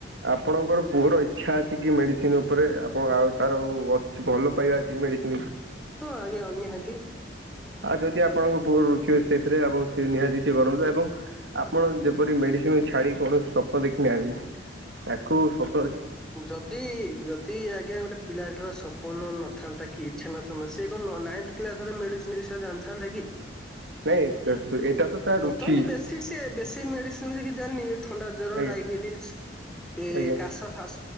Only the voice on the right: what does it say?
ଆପଣଙ୍କର ପୁଅ ରହିଛି ଇ୍ଛା ଅଛି କି ମେଡିସିନ ଉପରେ ଆପଣ ଆଉ ତାର ଅଛି ଭଲ ପାଇବା ଅଛି ମେଡିସିନ
ଆଉ ଯଦି ଆପଣଙ୍କ ପୁଅର ରୁଚି ହୁଏଛି ସେଇଥିରେ ଆପଣ ନିହାତି ସେ କରନ୍ତୁ ଏବଂ ଆପଣ ଯେପରି ମେଡିସିନ ଛାଡି କୌଣସି ସପ ଦେଖିନି ଆନ୍ତି ତାକୁ ସ
ନାଇଁ ଏଇଟା ତ ତା ରୁଚି
ଆଜ୍ଞା
ଆଜ୍ଞା